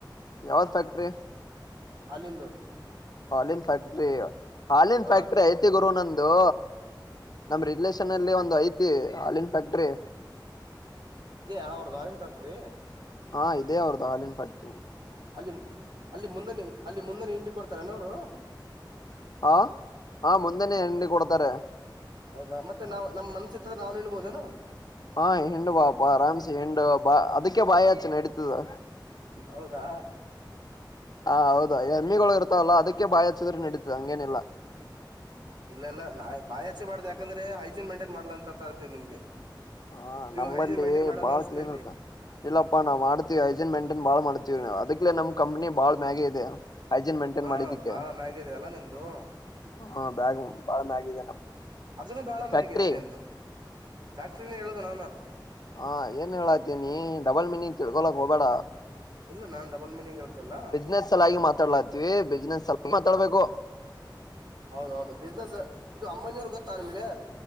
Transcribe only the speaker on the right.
ಹಾಲ್ಲಿಂದು
ಹಾ
ತಿಪ್
ಇದ್ಯಾ ಅವ್ರದ ಹಾಲಿನ ಫ್ಯಾಕ್ಟ್ರಿ
ಅಲ್ಲಿ ಅಲ್ಲಿ ಮುಂದನೇ ಅಲ್ಲಿ ಮುಂದೆ ಹಿಂಡಿ ಕೊಡ್ತಾರನ ಅವರು
ಹೌದಾ ಮತ್ತೆ ನಾವ್ <unintelligible>
ಹೌದಾ
ಇಲ್ಲ ಇಲ್ಲ ನಾ ಬಾಯಾಚೆ ಮಾಡ್ದ ಯಾಕಂದ್ರೆ ಹೈಜೀನ್ ಮೈಂಟೈನ್ ಮಾಡ್ಲ ಅಂತರ್ತೇವಿ ನಿಮ್ಗೆ.
ನೀವು
ಹೈಜೀನ್ ಮೇಂಟೈನ್ ಮಾಡಲ್ಲ
ಅನ್ಸುತ್ತೆ
ಇಲ್ಲಿ
ಹಾ
ಬಾಳ ಮ್ಯಾಗಿದೆ ಅಲ್ಲಾ ನಿಮ್ದು
ಅದನ್ನು ಬಹಳ
ಮ್ಯಾಗಿದೆ ನಿಮ್ದು ಫ್ಯಾಕ್ಟ್ರಿನ ಹೇಳೋದು ಅಲ್ಲಾ <inaudible>
ಇಲ್ಲ ನಾನ್ ಡಬಲ್ ಮೀನಿಂಗ್ ಹೇಳ್ತಿಲ್ಲ
ಹೌದ ಹೌದು ಬಿಸ್ನೆಸ್ ಇದು ಅಂಬಾನಿ ಅವ್ರ ಗೊತ್ತಾ ನಿಮ್ಗೆ.